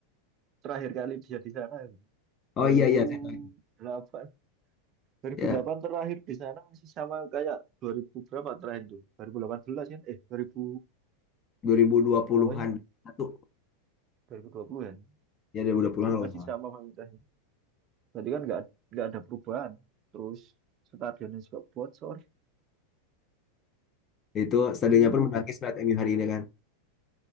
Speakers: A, on the right; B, on the left.
A: terakhir kali dia di sana gitu.
B: Oh
A: 2008
B: iya iya, saya tahu.
A: 2008
B: ya
A: terakhir di sana masih sama kayak 2000 berapa terakhir tuh 2018 kan eh 2000
B: 2020-an
A: berapa sih
B: satu
A: 2020 kan
B: ya 2020-an
A: <laughs> itu
B: kalau
A: masih
B: nggak salah.
A: sama fasilitasnya berarti kan nggak nggak ada perubahan terus stadionnya juga bocor
B: Itu stadionnya
A: aduh
B: pun menangis melihat MU hari ini kan.